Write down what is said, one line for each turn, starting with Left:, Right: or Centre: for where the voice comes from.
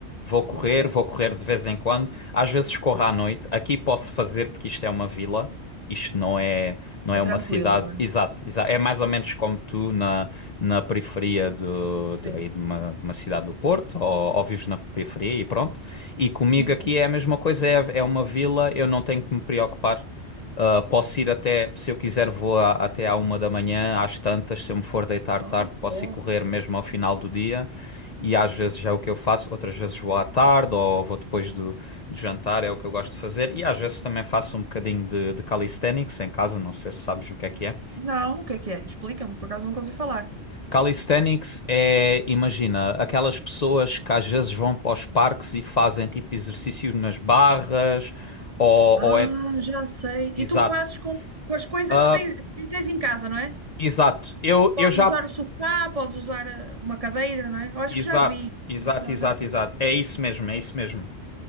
Left: Vou correr,
Right: Ok.
Left: vou correr de vez em quando. Às vezes corro à noite. Aqui posso fazer porque isto é uma vila. Isto não é, não é
Right: É tranquilo,
Left: uma cidade.
Right: não é?
Left: Exato, exa- É mais ou menos como tu na, na periferia do,
Right: Sim.
Left: de, aí de uma, de uma cidade do Porto, ou,
Right: Porto.
Left: ou vives na periferia e pronto. E comigo
Right: Sim, sim.
Left: aqui é a mesma coisa, é, é uma vila, eu não tenho que me preocupar. Uh, posso ir até, se eu quiser, vou a- até à uma da manhã, às tantas, se eu me for deitar
Right: Ah,
Left: tarde, posso
Right: bom.
Left: ir correr mesmo ao final do dia. E às vezes já é o que eu faço, outras vezes vou à tarde ou vou depois do, do jantar, é o que eu gosto de fazer. E às vezes também faço um bocadinho de, de calisthenics em casa, não sei se sabes o que é que é.
Right: Não, o que é que é? Explica-me, por acaso nunca ouvi falar.
Left: Calisthenics é, imagina, aquelas pessoas que às vezes vão para os parques e fazem tipo exercícios nas barras ou,
Right: Ah,
Left: ou é...
Right: já sei.
Left: Exato.
Right: E tu fazes com, com as coisas
Left: Ah,
Right: que tens, que tens em casa, não é?
Left: exato. Eu,
Right: Podes
Left: eu já
Right: usar o sofá, podes usar eh, uma cadeira, não é? Eu acho
Left: Exato,
Right: que já vi.
Left: exato,
Right: Já,
Left: exato,
Right: já sei.
Left: exato. É isso mesmo, é isso mesmo.